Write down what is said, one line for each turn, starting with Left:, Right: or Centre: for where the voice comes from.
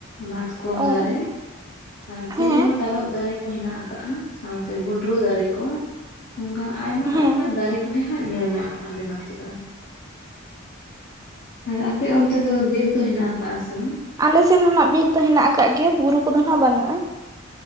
Left: ᱢᱟᱛᱼᱼ ᱠᱚᱢ
Right: ᱚ
Left: ᱫᱟᱨᱮᱼᱼ ᱟᱨ ᱛᱤᱨᱤᱞ
Right: ᱦᱮᱸ
Left: ᱛᱟᱨᱚᱯ ᱫᱟᱨᱮ ᱠᱚ ᱦᱮᱱᱟᱜ ᱟᱠᱟᱜᱼᱟ ᱥᱟᱶᱛᱮ ᱵᱷᱩᱸᱰᱨᱩ ᱫᱟᱨᱮ ᱠᱚᱼᱼ ᱚᱱᱠᱟ ᱟᱭᱢᱟ
Right: ᱦᱮᱸ
Left: ᱟᱭᱢᱟ ᱫᱟᱨᱮ ᱠᱚᱼᱼ ᱠᱚᱜᱮ ᱦᱟᱸᱜ ᱧᱮᱞ ᱧᱟᱢᱚᱜᱼᱟ ᱟᱞᱮ ᱱᱚᱛᱮ ᱫᱚ᱾ ᱟᱨ ᱟᱯᱮ ᱚᱱᱛᱮ ᱫᱚ ᱵᱤᱨ ᱫᱚ ᱦᱮᱱᱟᱜ ᱟᱠᱟᱜ ᱥᱮ ᱵᱟᱝ?
Right: ᱟᱞᱮᱥᱮᱱ ᱦᱚᱸ ᱱᱟᱜ ᱵᱤᱨ ᱫᱚ ᱦᱮᱱᱟᱜ ᱟᱠᱟᱫ ᱜᱮᱭᱟ ᱵᱩᱨᱩ ᱠᱚᱫᱚ ᱱᱟᱜ ᱵᱟᱹᱱᱩᱜᱼᱟ᱾